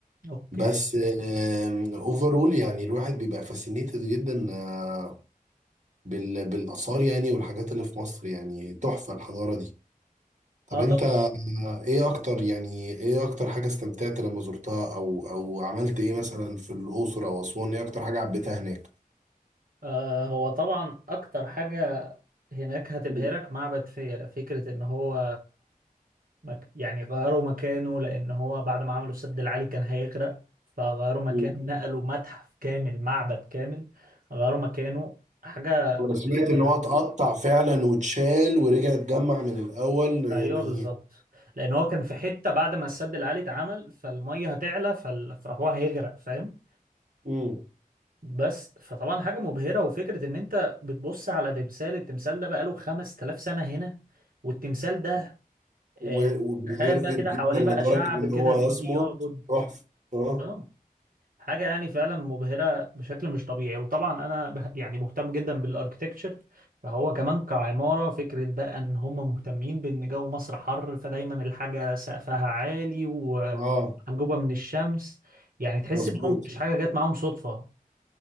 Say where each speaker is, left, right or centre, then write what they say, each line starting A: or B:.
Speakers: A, on the right; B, on the right.
A: أوكي
B: بس اوفرول يعني الواحد بيبقى فاسينيتد جدا آه، بال- بالاثار يعني والحاجات اللي في مصر يعني تحفه الحضاره دي طب
A: آه
B: انت
A: طبعا
B: آه، ايه اكتر يعني ايه اكتر حاجه استمتعت لما زرتها او او عملت ايه مثلا في الاقصر او اسوان ايه اكتر حاجه عبيتها هناك
A: آه هو طبعا أكتر حاجة هناك هتبهرك
B: <laughs>
A: معبد فيلة فكرة إن هو مك... يعني غيروا مكانه لأن هو بعد ما عملوا السد العالي كان هيغرق فغيروا مكانه
B: مم.
A: نقلوا متحف كامل معبد كامل غيروا مكانه حاجة
B: انا
A: غريبة.
B: سمعت ان هو
A: يعني.
B: اتقطع فعلا واتشال ورجع اتجمع من الاول
A: ايوه
B: يعني
A: بالظبط لان هو كان في حته بعد ما السد العالي اتعمل فالميه هتعلى فال... فهو هيغرق فاهم
B: مم.
A: بس فطبعا حاجه مبهره وفكره ان انت بتبص على تمثال التمثال ده بقاله 5000 سنه هنا والتمثال ده
B: وبريزيرفد
A: آه... تخيل بقى كده
B: جدا
A: حواليه
B: لدرجه
A: بقى شعب
B: ان
A: كده
B: هو
A: بيجي
B: يصمد
A: يعبد
B: تحفه اه
A: اه حاجة يعني فعلا مبهرة بشكل مش طبيعي وطبعا أنا به- يعني مهتم جدا بالأركتكتشر فهو كمان كعمارة فكرة بقى إن هم مهتمين بإن جو مصر حر فدايما الحاجة سقفها عالي ومحجوبة
B: اه
A: من الشمس يعني تحس
B: مظبوط
A: إن هم مش حاجة جت معاهم صدفة